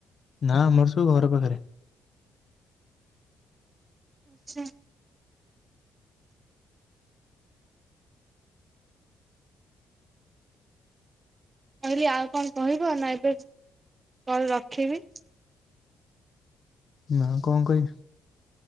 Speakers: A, on the left; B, on the right.
A: ନା ଆମର ସବୁ ଘର ପାଖରେ।
B: ଆଚ୍ଛା କହିଲି ଆଉ କଣ କହିବ ନା ଏବେ କଣ ରଖିବି।
A: ନା କଣ କହିବି?